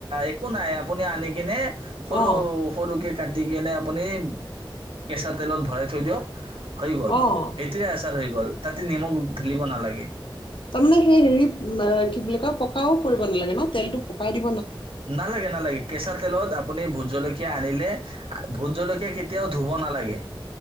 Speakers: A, on the right; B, on the left.
A: একো নাই আপুনি আনি কিনে সৰু
B: অ
A: সৰুক কাটি কেনে আপুনি কেঁচা তেলত ভৰাই থৈ দিয়ক হৈ গ'ল
B: অ
A: সেইটোৱে আচাৰ হৈ গ'ল গল তাতে নিমখ ঢালিব নালাগে
B: তাৰ মানে সেই হেৰি কি বুলি কয় পকাও কৰিব নালাগে ন তেলটো পকাই দি
A: নালাগে নালাগে কেছ কেঁচা তেলত আপুনি ভোট জলকীয়া আনিলে ভোত জলকীয়া কেতিয়াও ধুব নালাগে।